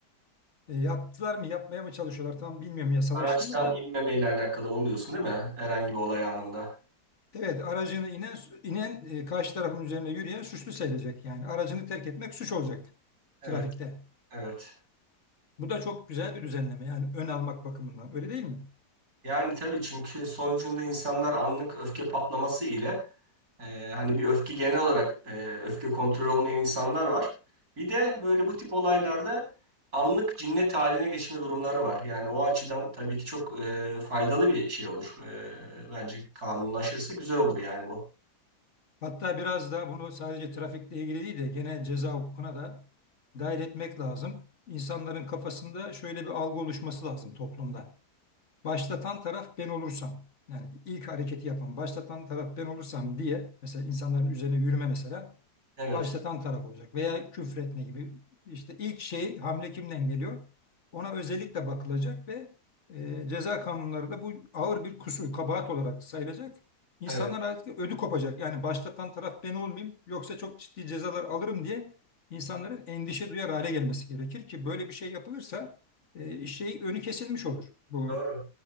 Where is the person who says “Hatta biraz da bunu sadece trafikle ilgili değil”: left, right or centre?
Left